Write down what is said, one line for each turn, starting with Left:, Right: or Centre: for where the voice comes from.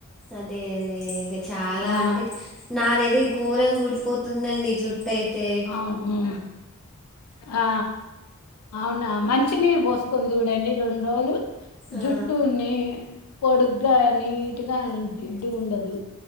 Centre: అదే అదే ఇగ చాలా
Left: మా
Centre: అంటే నాదైతే ఘోరంగా ఉడిపోతుందండి జు ట అయితే
Left: అవును ఉమ్. ఆ అవునా మంచినీరు పోసుకోని చూడండి రెండు రోజులు
Centre: ఆ,
Left: జుట్టుని పొడుగ్గా నీట్గా జిడ్డు ఉండదు